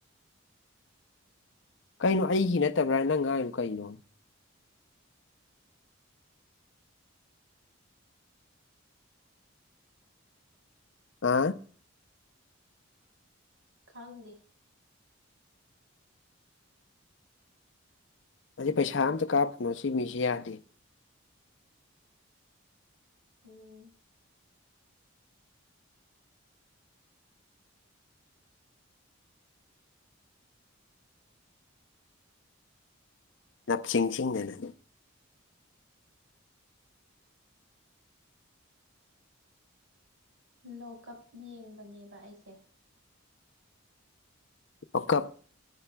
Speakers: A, on the left; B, on the right.
A: ꯀꯩꯅꯣ ꯑꯩꯒꯤ ꯅꯠꯇꯕ꯭ꯔꯥ ꯅꯪ ꯉꯥꯡꯏꯗꯨ ꯀꯩꯅꯣ ꯑꯥ
B: ꯈꯪꯗꯦ
A: ꯑꯁꯤ ꯄꯩꯁꯥ ꯑꯃꯥꯇ ꯀꯥꯞꯄꯅꯣ ꯁꯤ ꯃꯤꯁꯤ ꯌꯥꯗꯦ
B: ꯎꯝ
A: ꯅꯞꯁꯤꯡꯁꯤꯡꯗꯅ
B: ꯂꯣꯛ-ꯀꯞ ꯌꯦꯡꯕꯅꯦꯕ ꯑꯩꯁꯦ
A: ꯂꯣꯛ-ꯀꯞ